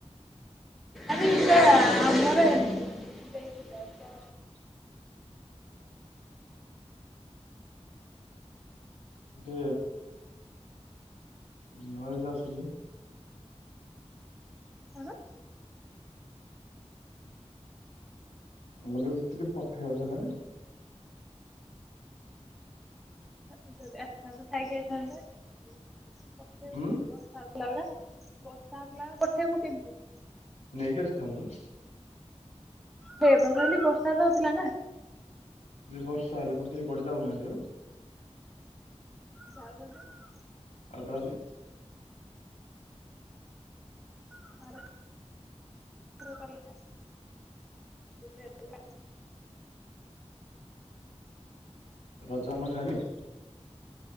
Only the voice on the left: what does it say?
<inaudible>
ଟିକେ ନଇ ଯ ଆସୁଛି
ଗଲେ ଟିକେ ପଠେଇବାକୁ ହେଲାନି
ଉଁ
ନେଇଜ ସ୍ତାନ୍ ରୁ
କି ବର୍ଷ ହେଲେ କେହି କୁଆଡ଼େ ଯାଉହାନ୍ତି ଆଉ
ଆଉ ତାହେଲେ
ରଜ ଅନା ଖାଲି